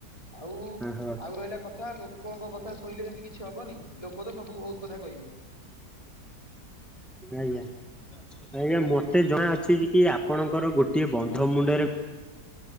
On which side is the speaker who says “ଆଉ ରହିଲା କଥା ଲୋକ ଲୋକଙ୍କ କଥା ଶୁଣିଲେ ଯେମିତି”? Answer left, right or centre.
Left